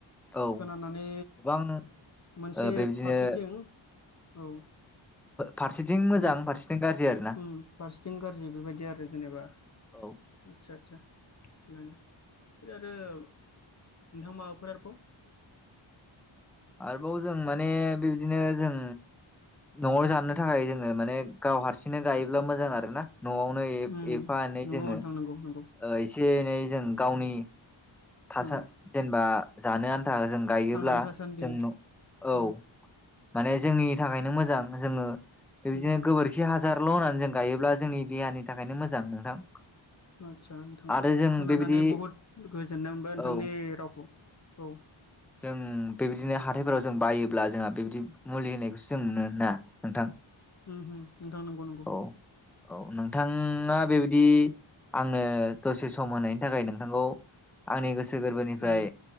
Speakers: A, in the centre; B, on the left (about 35°).
A: औ
B: खोनानानै
A: गोबां
B: मोनसे
A: ओ बेबायदिनो
B: फारसेथिं औ
A: फारसेथिं मोजां
B: अनेक
A: फारसेथिं गाज्रि आरोना
B: उम फारसिथिं गाज्रि बेबायदि आरो जेनेबा
A: औ
B: आतसा आतसा थिगानो आरो नोंथां माबाफोर आरोबाव? <unintelligible>
A: आरोबाव जों माने बिबदिनो जों न'आव जानो थाखाय जोङो माने गाव हारसिंनो गायोब्ला मोजां आरो ना। नआवनो एफ
B: उम
A: एफा एनै
B: नंगौ
A: जोङो
B: नोंथां
A: ओ
B: नंगौ नंगौ
A: एसे एसे एनै जों गावनि थासा
B: उम
A: जेनबा जानो आन था जों गायोब्ला
B: थांनानै थासान्दि
A: जों न औ
B: उम
A: माने जोंनि थाखायनो मोजां। जोङो बेबायदिनो
B: मोजां
A: गोबोरखि
B: आदसा
A: हाजारल होननानै जों। गायोब्ला जोंनि देहानि थाखायनो मोजां नोंथां।
B: आदसा नोंथां
A: आरो जों
B: खोनानानै
A: बेबायदि
B: बहुद गोजोननाय मोनबाय नोंथांनि
A: औ
B: रावखौ। औ।
A: जों बेबायदिनो हाथायफोराव जों बायोब्ला जोंहा बेबायदि मुलि होनायखौसो जों मोनो ना? नोंथां
B: उम उम नोंथां नंगौ नंगौ
A: औ औ नोंथाङा बेबायदि। आंनो दसे सम होनायनि थाखाय नोंथांखौ आंनि गोसो गोरबोनिफ्राय।
B: उम